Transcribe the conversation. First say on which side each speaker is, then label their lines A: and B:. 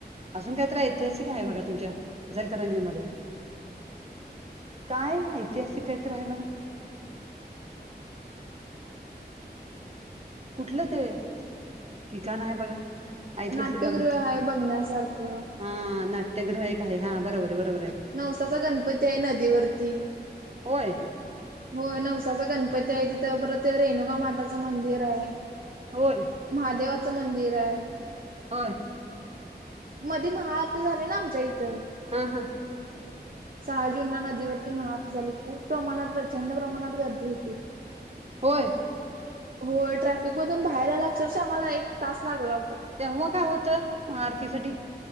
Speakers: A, on the right; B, on the right.
A: अजून कायतरी ऐतिहासिक आहे बघा, तुमच्या इचालकरंजी मध्ये- काय ऐतिहासिक काहीतर आहे बघा- कुठलं ते ठिकाण आहे बघा- ऐतिहासिक
B: नाट्यगृह
A: बघ ना
B: आहे बघण्यासारखं-
A: हा नाट्यगृह एक आहे. हा बरोबर आहे बरोबर आहे.
B: नवसाचा गणपती आहे नदीवरती-
A: होय...
B: हो नवसाचा गणपती आहे. तिथं परत रेणुका माताचं मंदिर आहे.
A: होय....
B: महादेवाचं मंदिर आहे.
A: होय.
B: मध्ये महाआरती झाली ना आमच्या इथं-
A: हा..
B: सहा जून ला नदीवरती महा आरती झाली, खूप प्रमाणात गर्दी- प्रचंड प्रमाणात गर्दी होती.
A: होय.
B: होय ट्रॅफिक मधून बाहेर यायला अक्षरशः आम्हाला एक तास लागला होता.
A: तेव्हा काय होतं महाआरतीसाठी?